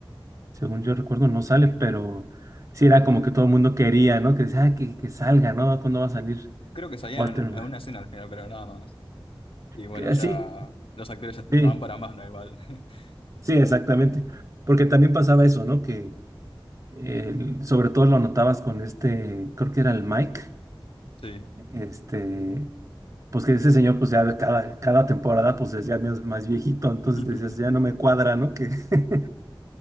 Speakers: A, on the right (about 35°); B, on the left (about 80°).
A: según yo recuerdo, no sale, pero sí
B: em,
A: era como que todo el mundo quería, ¿no? Que decía, "Ah, que, que salga, ¿no? ¿Cuándo va a salir
B: Creo que salían
A: Walter?
B: en una escena al final, pero nada más. Y bueno,
A: Que
B: ya
A: sí,
B: los actores ya
A: sí,
B: no van para más, ¿no? Igual. <laughs>
A: sí, exactamente. Porque también pasaba eso, ¿no? Que el- sobre todo lo notabas con este, creo que era el Mike,
B: Sí.
A: este, pues que ese señor, pues ya cada, cada temporada, pues es ya más, más viejito, entonces
B: <laughs>
A: decías, ya no me cuadra, ¿no? Que, <laughs>